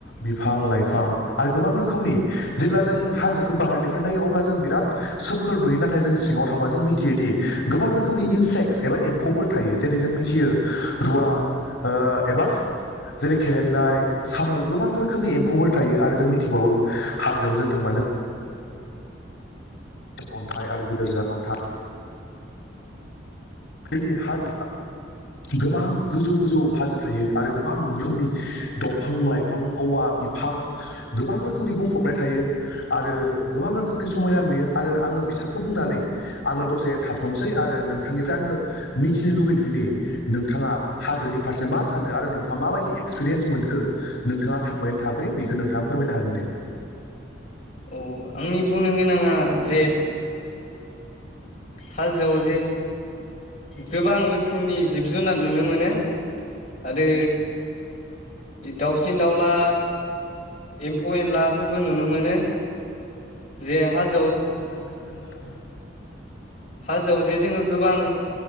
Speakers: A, on the left; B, on the left.
A: बिफां-लाइफां आरो गोबां रोखोमनि जेब्ला जों हाजो खो बाहारनिफ्राय नायो अब्ला जों बिराद सोमखोर नुयो नाथाय जों सिङाव थांबा जों मिथियोदि गोबां रोखोमनि इ सेक्स एबा एमफौफोर थायो जेरै जों मिथियो रुवा ओ एबा जेरै खेरेन्दाय साम' गोबां रोखोमनि एम्फौफोर थायो आरो जों मिथिबावो हाजोआव जों थांबा जों अन्थाइ आरो गोदोर जाथ अन्थाइ बिदि हाजो गोबां गोजौ गोजौ हाजो थायो आरो गोबां रोखोमनि दंफां लाइफां औवा बिफां गोबां रोखोमनि बुंफबनाय थायो आरो गोबां रोखोमनि समायना नुयो आरो आं बिसांखो बुंनानै आङो दसे थाथ'नोसै आरो नोंथांनि फ्राय आङो मिथिनो लुगैदोंदि नोंथाङा हाजोनि फारसे मा सानो आरो नोंथाङा माबायदि एक्सपिरि रेस मोनखो नोंथाङा थांबायना थाङाखै बेखौ नोंथाङा फोरमायनो हागोन दे
B: औ आंनि बुंनो गोनाङा जे हाजोआव जे गोबां रोखोम खोमनि जिब जुनार नुनो मोनो आरो दाउसिन दाउला एमफौ एनलाफोरबो नुनो मोनो जे हाज
A: <unintelligible>
B: हाजोआव जे जोङो गोबां